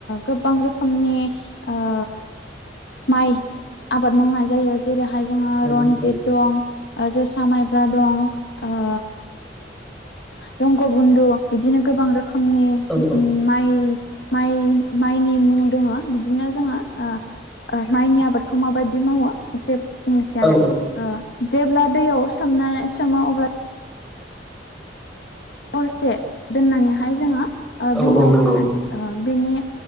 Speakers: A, on the left; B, in the centre.
A: गोबां रोखोमनि ओ माइ आबाद मावनाय जायो जेरैहाय जोङो
B: नंगौ
A: रनजित
B: नंगौ
A: दं जोसा माइब्रा दं ओ जंग बन्दु बिदिनो गोबां रोखोमनि
B: औ औ
A: माइ माइ माइनि मुं दोङो बिदिनो जोङो ओ ओ माइनि आबादखौ माबायदि मावो एसे बुंनोसै
B: औ
A: आरो जेब्ला दैयाव सोमनानै सोमो अब्ला हरसे दोननानैहाय जोङो
B: औ
A: बेनि
B: औ
A: अखा
B: नंगौ
A: बेनि